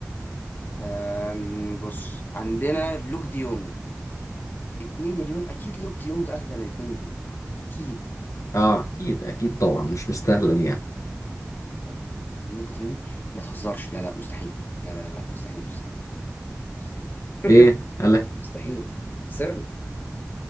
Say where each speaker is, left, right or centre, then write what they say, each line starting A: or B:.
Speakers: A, on the left; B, on the left.
A: آم، بص عندنا لوك دي يونج 2 مليون اكيد لوك دي يونج اغلى من 2 مليون اكيد
B: اه اكيد اكيد طبعا مش مستاهلة دي يعني
A: طيب لوك دي يونج ما تهزرش لا لا مستحيل لا لا لا مستحيل مستحيل مستحيل <laughs>
B: ايه قال لك
A: مستحيل صرنا